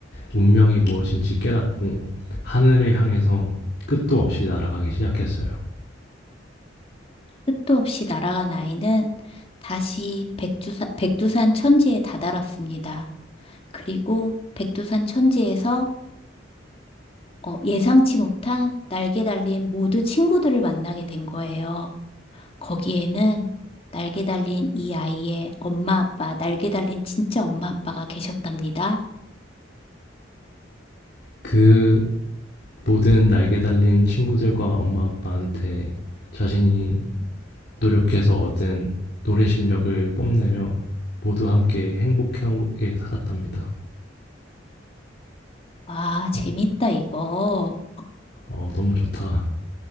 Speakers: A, on the left; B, on the left.
A: 운명이 무엇인지 깨닫고 하늘을 향해서 끝도 없이 날아가기 시작했어요.
B: 끝도 없이 날아간 아이는 다시 백두산, 백두산 천지에 다다랐습니다. 그리고 백두산 천지에서 어, 예상치 못한 날개 달린 모든 친구들을 만나게 된 거예요. 거기에는 날개 달린 이 아이의 엄마 아빠, 날개 달린 진짜 엄마 아빠가 계셨답니다.
A: 그 모든 날개 달린 친구들과 엄마 아빠한테 자신이 노력해서 얻은 노래 실력을 뽐내며 모두 함께 행복하게 살았답니다.
B: 와, 재밌다,
A: 어,
B: 이거.
A: 어, 너무 좋다.